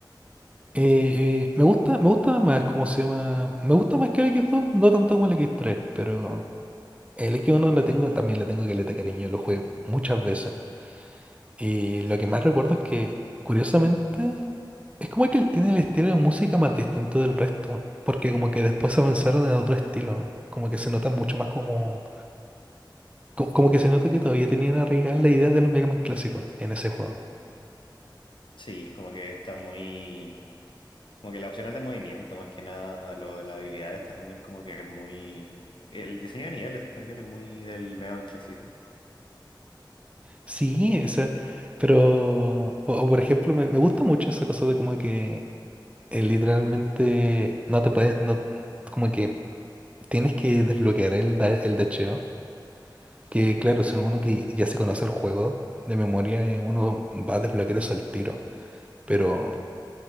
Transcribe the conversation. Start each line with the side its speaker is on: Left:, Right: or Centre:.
Right: eh, eh, me gusta, me gusta más, ¿cómo se llama? Me gusta más que el x dos, no tanto como el x tres, pero el x uno lo tengo, también le tengo caleta, cariño, lo jugué muchas veces. Y lo que más recuerdo es que, curiosamente, es como que él tiene el estilo de música más distinto del resto, porque como que después avanzaron en otro estilo, como que se nota mucho más como co- como que se nota que todavía tenían arraigadas las ideas de los Mega Man clásicos en ese juego.
Left: Sí, como que está muy... Como que las opciones de movimiento, más que nada, lo de las habilidades también, como que es muy... El diseño de niveles también es muy del Mega Man clásico.
Right: Sí, o sea, pero, o, o por ejemplo, me, me gusta mucho esa cosa de como que eh, literalmente no te puedes, no, como que tienes que desbloquear el, da- el dasheo, que claro, si uno que ya se conoce el juego de memoria, eh, uno va a desbloquear eso al tiro, pero